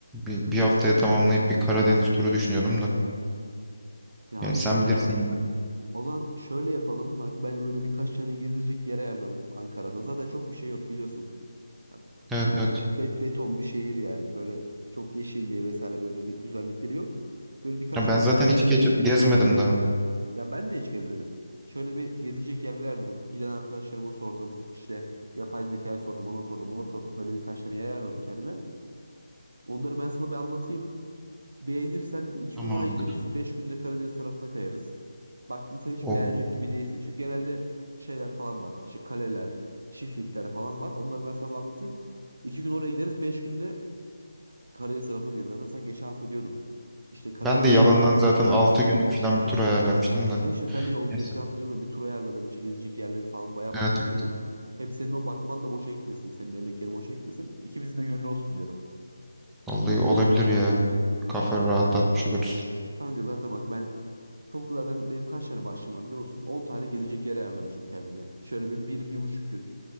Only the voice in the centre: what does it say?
bir, bir haftaya tamamlayıp bir Karadeniz turu düşünüyordum da.
Yani sen
bilirsin yine.
Evet
evet.
Ya
ben zaten
hiç gece- gezmedim daha.
Tamamdır.
O,
ben de yalandan
zaten
6 günlük falan bir tur ayarlamıştım da.
Neyse.
Evet evet.
Vallahi olabilir ya. Kafa rahatlatmış oluruz.